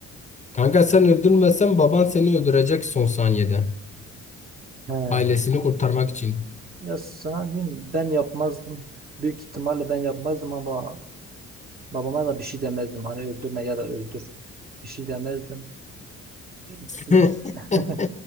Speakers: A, on the left; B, on the right.
A: Kanka sen öldürmesen baban seni öldürecek son saniyede.
B: He.
A: Ailesini kurtarmak için.
B: Ya sana diyeyim mi? ben yapmazdım. Büyük ihtimalle ben yapmazdım ama babama da bir şey demezdim. Hani öldürme ya da öldür. Bir şey demezdim. Çünkü
A: <laughs>
B: <laughs>